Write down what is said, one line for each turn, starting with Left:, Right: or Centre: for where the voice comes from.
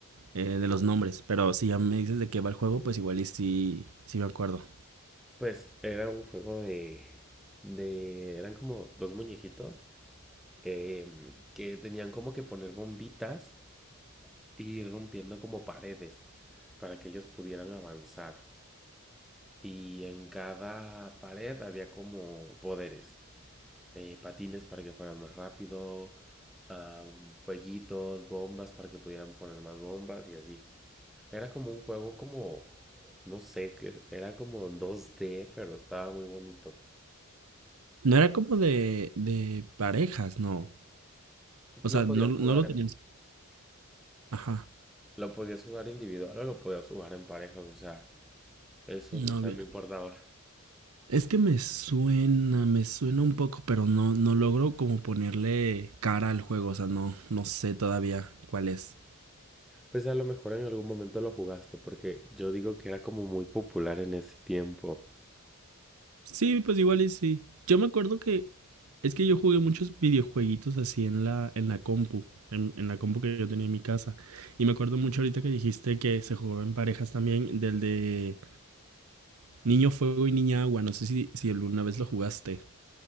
Right: eh, de los nombres. Pero si ya me dices de qué va el juego, pues igual y sí, sí me acuerdo.
Centre: Pues era un juego de... de eran como dos muñequitos eh, que tenían como que poner bombitas y ir rompiendo como paredes para que ellos pudieran avanzar. Y en cada pared había como poderes, eh, patines para que fueran más rápido, um, fueguitos, bombas para que pudieran poner más bombas y así. Era como un juego como, no sé, que era como en dos d pero estaba muy bonito.
Right: No era como de, de parejas, no. O
Centre: Lo
Right: sea,
Centre: podías
Right: no, no
Centre: jugar
Right: lo
Centre: en,
Right: tenías. Ajá.
Centre: lo podías jugar individual o lo podías jugar en parejas, o sea, eso, o
Right: Novia.
Centre: sea, no importaba.
Right: Es que me suena, me suena un poco, pero no, no logro como ponerle cara al juego. O sea, no, no sé todavía cuál es.
Centre: Pues a lo mejor en algún momento lo jugaste, porque yo digo que era como muy popular en ese tiempo.
Right: Sí, pues igual y sí. Yo me acuerdo que es que yo jugué muchos videojueguitos así en la, en la compu, en, en la compu que yo tenía en mi casa. Y me acuerdo mucho ahorita que dijiste que se jugaba en parejas también, del de Niño Fuego y Niña Agua. No sé si, si alguna vez lo jugaste.